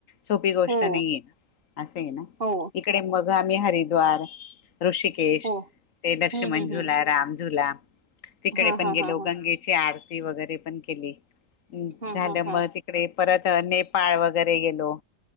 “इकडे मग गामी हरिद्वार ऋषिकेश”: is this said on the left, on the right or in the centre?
Left